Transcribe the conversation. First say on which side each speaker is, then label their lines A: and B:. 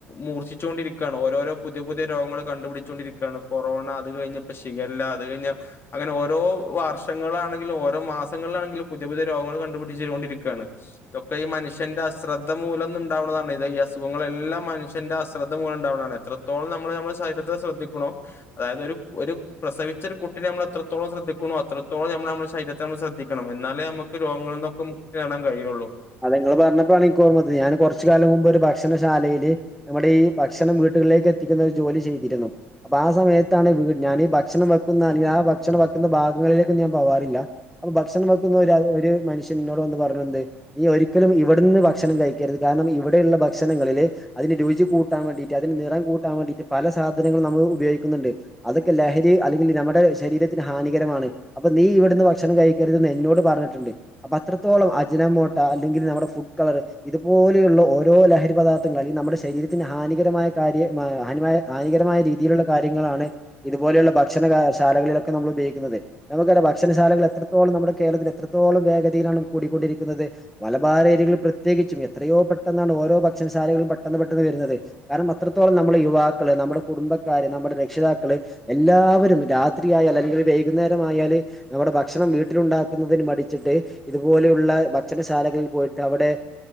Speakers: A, on the left; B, in the centre.
A: മൂർച്ിച്ചുകൊണ്ടിരിക്കുകയാണ് ഓരോരോ പുതിയ പുതിയ രോഗങ്ങൾ കണ്ടുപിടിച്ചൊണ്ടിരിക്കുകയാണ് കൊറോണ അത് കഴിഞ്ഞപ്പോ ശികല്ല അത് കഴിഞ്ഞൽ അങ്ങനെ ഓരോ വർഷങ്ങളാണെങ്കിലും ഓരോ മാസങ്ങളിലാണെങ്കിലും പുതിയ പുതിയ രോഗങ്ങൾ കണ്ടുപിടിച്ചുക കൊണ്ടിരിക്കുകയാണ് ഇതൊക്കെഈ മനുഷ്യന്റെ അശ്രദ്ധ മൂലം ഉണ്ടുന്നതാണ് ഇ ഈസുഖങ്ങളെല്ലാം മനുഷ്യന്റെ അശ്രദ്ധ മൂലം ഉണ്ടാവുന്നതാണ് എത്രത്തോളം നമ്മള് നമ്മുടെ ശരീരത്തെ ശ്രദ്ധിക്കണോ അതായത് ഒരു ഒരു പ്രസവിച്ച ഒരു കുട്ടിനെ നമ്മള എത്രോള ശ്രദ്ധിക്കണോ അത്രത്തോള നമ്മ നമ്മ ശരീര ന ശ്രദ്ധിക്കണം ണം എന്നാലേ നമുക്ക് രോഗങ്ങള നിന്നൊക്കെ മുക്തി നേടൻ കഴിയുള്ളൂ.
B: അത് നിങ്ങള് പറഞ്ഞപ്പോഴാണ് എനിക്ക് ഓർമ്മത് ഞാൻ കുറച്ച കാലം മുമ്പ് ഒരു ഭക്ഷണശാലയില് നമ്മുടെ ഈ ഭക്ഷണം വീട്ടുകളിലേക്ക് എത്തിക്കുന്ന ഒരു ജോലി ചെയ്തിരുന്നു അപ്പൊ ആ സമയത്താണ് വീട് ഞാൻീ ഭക്ഷണം വെക്കുന്ന ആ ഭക്ഷണം വെക്കുന്ന ഭാഗങ്ങളിലേക്കും ഞാൻ പോവാറില്ല അപ്പൊ ഭക്ഷണം വെക്കുന്ന ഒരു ഒരു മനുഷ്യൻ ഇന്നോട് വന്ന് പറഞ്ഞണ്ട് നീ ഒരിക്കലും ഇവിടുന്ന് ഭക്ഷണം കഴിക്കരുത് കാരണം ഇവിടെയുള്ള ഭക്ഷണങ്ങളില് അതിന് രുചി കൂട്ടാൻ വേണ്ടിട്ട് അതിന്റെ നിറം കൂട്ടാൻ വേണ്ടിട്ട് പല സാധനും നമ്മൾ ഉപയോഗിക്കുന്നുണ്ട് അതൊക്കെ ലഹരി അല്ലെങ്കിൽ നമ്മുടെ ശരീരത്തിന് ഹാനികരമാണ് അപ്പൊ നീ ഇവിടുന്ന് ഭക്ഷണം കഴിക്കരുത്ന്ന് എന്നോട് പറഞ്ഞിട്ടുണ്ട് അപ്പൊ അത്രത്തോളം അജനോട്ട അല്ലെങ്കിൽ നമ്മുടെ ഫുഡ് കളറ് ഇതുപോലെയുള്ള ഓരോ ലഹരി പദാർത്ഥങ്ങളൾ അല്ലെങ്കിൽ നമ്മുടെ ശരീരത്തിന് ഹാനികരമായ കാര്യം ഹാനമായ ഹാനികരമായ രീതിയിലുള്ള കാര്യങ്ങളാണ് ഇതുപോലെയുള്ള ഭക്ഷണ ശാലകളിലൊക്കെ നമ്മൾ ഉപയോഗിക്കുന്നത്. നമുക്കറിയ ഭക്ഷണശാലകൾ എത്രത്തോളം നമ്മുടെ കേരളത്തിൽ എത്രത്തോളം വേഗതയിലാണ് കൂടിക്കൊണ്ടിരിക്കുന്നത്. മലബാരഏരികൾ പ്രത്യേകിച്ചും എത്രയോ പെട്ടെന്നാണ് ഓരോ ഭക്ഷണശാലകളും പെട്ടെന്ന് പെട്ടെന്ന് വരുന്നത് കാരണം അത്രത്തോളം നമ്മള യുവാക്കള് നമ്മുടെ കുടുംബക്കാര് നമ്മുടെ രക്ഷിതാക്കള് എല്ലാവരും രാത്രി ആയാൽ അല്ലെങ്കിൽ വൈകുന്നേരം ആയാല് നമ്മുടെ ഭക്ഷണം വീട്ടിലുണ്ടാക്കുന്നതിന് മടിച്ചിട്ട് ഇതുപോലെയുള്ള ചെല ശാലകളിൽ പോയിട്ട് അവിടെ